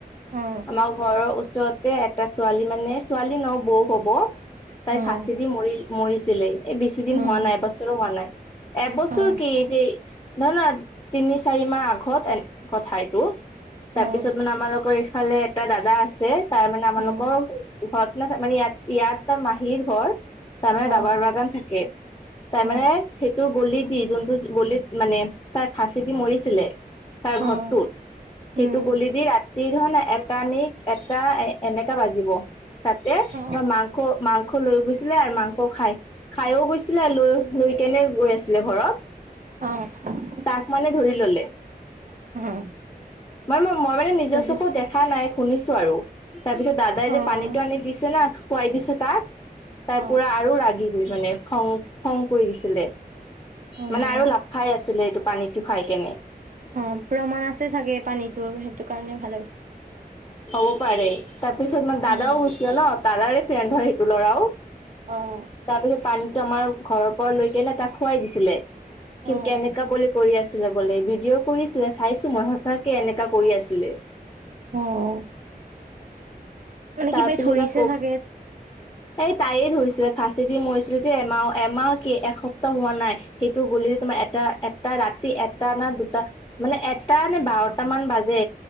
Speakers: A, on the right (about 55°); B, on the left (about 25°).
A: অ
B: আমাৰ ঘৰৰ ওচৰতে এটা ছোৱালী মানে, ছোৱালী ন বৌ কব, তাই
A: উম
B: ফাঁচি দি মৰি মৰিছিলে, এই বেছি দিন
A: উম
B: হোৱা নাই এবছৰো হোৱা নাই। এবছৰ
A: অ
B: কি যে নহ ন, তিনি চাৰি মাহ আগত এ কথা এইটো। তাৰপিছত
A: অ
B: মানে আমালোকৰ ইফালে এটা দাদা আছে, তাৰ মানে আমালোকৰ
A: উম
B: ঘৰত ন, মানে ইয়াত ইয়াত মাহীৰ ঘৰ তাৰমানে
A: অ
B: দাবাৰ বাগান থাকে, তাৰমানে
A: অ
B: সেইটো গলি দি, যোনটো গলিত মানে তাৰ ফাঁচি দি মৰিছিলে, তাৰ
A: অ
B: ঘৰটোত সেইটো
A: উম
B: গলি দি ৰাতি ধন, এটা ন এটা এনেকা বাজিব। তাতে
A: অ
B: মাংস, মাংস লৈ গৈছিলে আৰু মাংস খায় খাইও গৈছিলে আৰু লৈ লৈ কেনে গৈ আছিলে ঘৰত
A: অ'।
B: তাক মানে ধৰি ললে।
A: <unintelligible>
B: মানে মই মানে নিজৰ
A: তাৰপিছত
B: চকু দেখা নাই শুনিছো আৰু, তাৰপিছত দাদাই
A: অ',
B: যে পানীটো আনি দিছে না খুৱাই দিছে তাক, তাৰ
A: অ',
B: পুৰা আৰু ৰাগি গৈ মানে খং খং কৰি দিছিলে,
A: অ',
B: মানে আৰু লাভ খাই আছিলে এইটো পানীটো খাই কেনে।
A: অ প্ৰমাণ আছে চাগে পানীটোৰ, সেইটো কাৰণে ভাল হৈছে।
B: হ'ব পাৰে। তাৰপিছত, তোমাৰ দাদাও
A: অ',
B: গৈছিলে ন'? দাদাৰে ফ্ৰেণ্ড হয়, সেইটো ল'ৰাও।
A: অ'!
B: তাৰ পিছত, পানীতটো আমাৰ ঘৰৰ পৰা লৈকেনে, তাক খুৱাই দিছিলে। কি,
A: অ',
B: কেনেকা বুলি কৰি আছিলে বোলে, ভিডিঅ' কৰিছিলে, চাইছোঁ মই। সচাঁকে, এনেকা কৰি আছিলে।
A: অ'! মানে,
B: তাৰ
A: কিবাই
B: পিছত
A: ধৰিছে
B: আকৌ
A: চাগে?
B: এই, তাইয়ে ধৰিছিলে। ফাঁচি দি মৰিছিলে যে, এমাও, এমাহ কি, এসপ্তাহ হোৱা নাই। সেইটো, গ'লে তোমাৰ, এটা-এটা ৰাতি, এটা না দুটা। মানে, এটা নে বাৰটা মান বাজে।